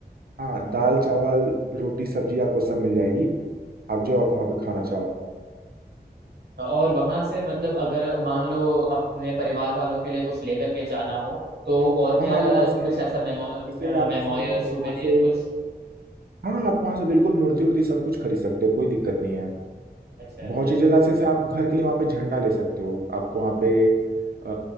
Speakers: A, on the right (about 65°); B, on the right (about 75°).
A: हाँ दाल चावल रोटी सब्जी आपको सब मिल जाएगी आप जो आप वहाँ पे खाना चाहो
B: और वहां से मतलब अगर मान लो अपने परिवार वालों के लिए कुछ लेकर के जाना हो तो और क्या
A: हाँ आप वहाँ
B: अ,
A: से
B: कुछ ऐसा मेमो
A: जैसे आप
B: मेमोयर
A: वहां
B: सुवेनियर
A: से
B: कुछ
A: हाँ आप वहां से बिल्कुल मूर्ति उर्ति सब कुछ खरीद सकते हो कोई दिक्कत नहीं है
B: अच्छा
A: बहुत
B: अच्छा
A: चीजें जैसे जैसे आप घर के लिए वहां पे झंडा ले सकते हो आपको वहां पे अ,